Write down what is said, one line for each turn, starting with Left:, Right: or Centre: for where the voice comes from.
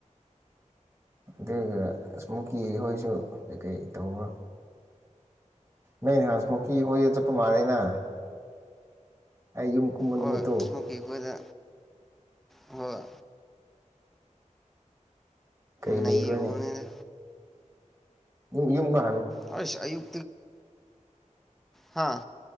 Right: ꯑꯗꯨꯒ ꯏꯁꯃꯣꯀꯤ ꯍꯣꯏꯁꯨ ꯀꯩꯀꯩ ꯇꯧꯕ ꯅꯅꯤ ꯍꯁꯃꯨꯀꯤ ꯍꯣꯏ ꯆꯞꯄ ꯃꯥꯥꯔꯦꯅ ꯑꯩ ꯌꯨꯝ ꯀꯨꯃꯟꯃꯤꯇꯣ
Centre: ꯍꯣꯏ ꯏꯁꯃꯣꯀꯤ ꯑꯩꯈꯣꯏꯗ ꯍꯣꯏ
Right: ꯀꯩ
Centre: ꯅꯩꯔꯨꯕꯅꯤꯅ
Right: ꯂꯩꯔꯣꯅꯤ ꯏꯃꯒ
Centre: ꯑ ꯑꯨ ꯍꯥꯥ